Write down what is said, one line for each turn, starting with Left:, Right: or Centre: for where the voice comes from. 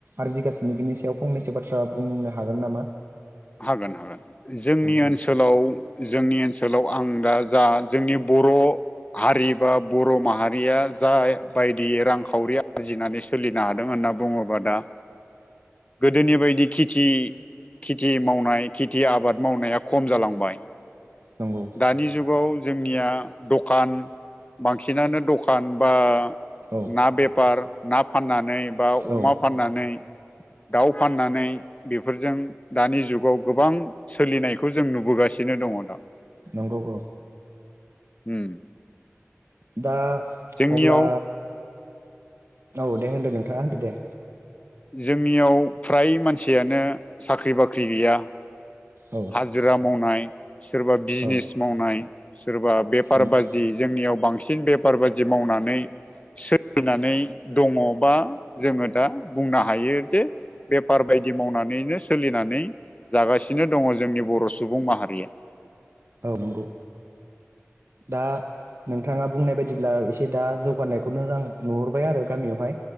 Right: आरजिगासिनो बिनि सायाव फंनैसो बाथ्रा बुंनो हागोन नामा।
Left: हागोन हागोन जोंनि
Right: औ
Left: ओनसोलाव
Right: औ
Left: जोंनि ओनसोलाव आं दा जा जोंनि बर' हारि बा बर' माहारिया जा बायदि रांखावरि आरजिनानै सोलिनो हादों होन होनना बुङोबा दा गोदोनि बायदि खेथि थि मावनाय खेथि आबाद मावनाया खम जालांबाय
Right: नंगौ
Left: दानि जुगाव जोंनिया दखान बांसिनानो द खान बा
Right: औ
Left: ना बेफार ना फाननानै बा अमा
Right: औ
Left: फाननानै दाउ फाननानै बेफोरजों दानि जुगाव गोबां सोलिनायखौ जों नुबोगासिनो दङ दा।
Right: नंगौ औ।
Left: होम।
Right: दा
Left: जोंनियाव
Right: अब्ला औ दे होनदो नोंथाङा होनदो दे।
Left: जोंनियाव फ्राय मानसियानो साख्रि बाख्रि गैया।
Right: औ
Left: हाजिरा मावनाय सोरबा बिजिनेस
Right: औ
Left: मावनाय। सोरबा बेफार
Right: नंगौ
Left: बाजि जोंनियाव बांसिन बेफार बाजि मावनानै सोलिनानै दङबा जोङो दा बुंनो हायो जे बेफार बायदि मावनानैनो सोलिनानै जागासिनो दङ। जोंनि बर' सुबुं माहारिया
Right: औ नंगौ दा। नोंथाङा बुंनाय बायदिब्ला एसे दा जौगानायखौनो आं नुहरबाय आरो गामियावहाय